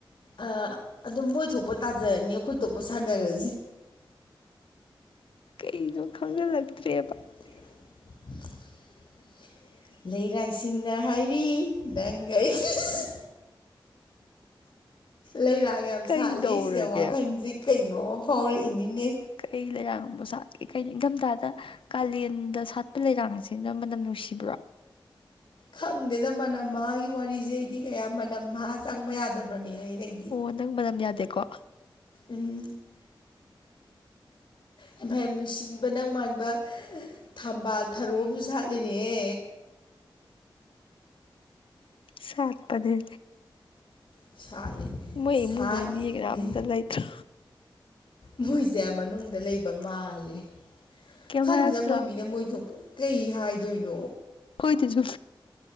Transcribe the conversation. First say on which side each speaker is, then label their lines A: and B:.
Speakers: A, on the left; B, on the left.
A: ꯑꯥ ꯑꯗꯨꯝ ꯃꯣꯏ ꯊꯣꯛꯄ ꯇꯥꯖꯔꯅꯤ ꯑꯩꯈꫭꯏ ꯊꯣꯛꯄ ꯁꯥꯟꯅꯔꯁꯤ꯫
B: ꯀꯅꯣ ꯈꯪꯖꯤꯜꯂꯛꯇ꯭ꯔꯦꯕ꯫
A: <unintelligible> <unintelligible> ꯂꯩꯔꯥꯡ ꯌꯥꯝ
B: ꯀꯩꯗꯧꯔꯒꯦ
A: ꯁꯥꯠꯂꯤ ꯁꯤꯗ ꯋꯥꯈꯟꯁꯤ ꯀꯩꯅꯣꯃ ꯐꯥꯎꯔꯛꯏꯅꯤꯅꯦ꯫
B: ꯀꯩ ꯂꯩꯌꯥꯡ ꯏꯟꯅꯤꯡꯊꯝꯊꯥꯗ ꯀꯥꯂꯦꯟꯗ ꯁꯥꯠꯄ ꯂꯩꯔꯥꯡꯁꯤꯅ ꯃꯅꯝ ꯅꯨꯡꯁꯤꯕ꯭ꯔꯥ
A: ꯈꯪꯗꯦꯗ ꯃꯅꯝ ꯃꯍꯥꯒꯤ ꯋꯥꯔꯤꯁꯦ ꯑꯩꯗꯤ ꯀꯌꯥ ꯃꯅꯝ ꯃꯍꯥ ꯆꯪꯕ ꯌꯥꯗꯕꯅꯦ ꯑꯩꯩꯅꯩꯗꯤ
B: ꯑꯣ ꯅꯪ ꯃꯅꯝ ꯌꯥꯗꯦꯀꯣ
A: ꯎꯝ ꯍꯥꯏꯃ ꯌꯥꯝ ꯅꯨꯡꯁꯤꯕ ꯅꯪ ꯃꯥꯟꯕ ꯊꯝꯕꯥꯜ ꯊꯔꯣ ꯑꯝꯁꯨ ꯁꯥꯠꯂꯤꯅꯦꯍꯦ
B: ꯁꯥꯠꯄꯅꯦ
A: ꯁꯥꯠꯂꯤ
B: ꯃꯣꯏ
A: ꯁꯥꯠꯂꯤ
B: ꯏꯃꯨꯡꯗꯣ ꯃꯤ ꯀꯅꯥꯝꯇ ꯂꯩꯇ꯭ꯔꯣ
A: ꯃꯣꯏꯁꯦ ꯃꯅꯨꯡꯗ ꯂꯩꯕ ꯃꯥꯜꯂꯦ
B: ꯀꯩꯝ
A: ꯈꯪꯗꯦꯗ
B: ꯍꯥꯏꯔꯛꯇ꯭ꯔꯣ
A: ꯃꯣꯏ ꯃꯤꯅ ꯃꯣꯏ ꯊꯣꯛꯄ ꯀꯩ ꯍꯥꯏꯗꯣꯏꯅꯣ
B: ꯈꯣꯏꯗꯁꯨ